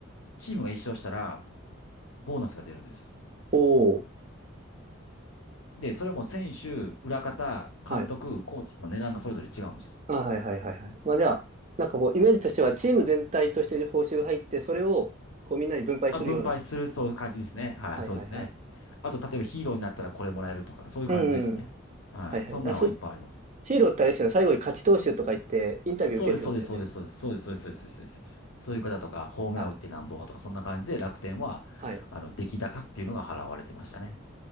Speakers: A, on the left; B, on the right.
A: チームが一勝したら、ボーナスが出るんです。
B: おお
A: で、それも選手、裏方、監督、
B: はい
A: コーチの値段がそれぞれ違うんです。
B: あ、はいはいはいはい。まあじゃあ、なんかこう、イメージとしては、チーム全体として報酬が入って、それを、こう、みんなに分配するような。
A: まあ、分配する、そういう感じですね。はい、
B: はいはいはい。
A: そうですね。あと、例えばヒーローになったらこれもらえるとか、そういう感じですね。
B: うん。
A: はい。
B: はいはい。
A: そんなのはいっぱいあります。
B: あ、そ、ヒーローってあれですよね。最後に勝ち投手とか言って、インタビュー受ける人だよね。
A: そうです、そうです、そうです、そうです、そうです、そうです、そうです、そうですそうです。そういう方とか、ホームラン打ってなんぼとか、
B: はい。
A: そんな感じで楽天は、
B: はい。
A: あの、出来高っていうのが払われてましたね。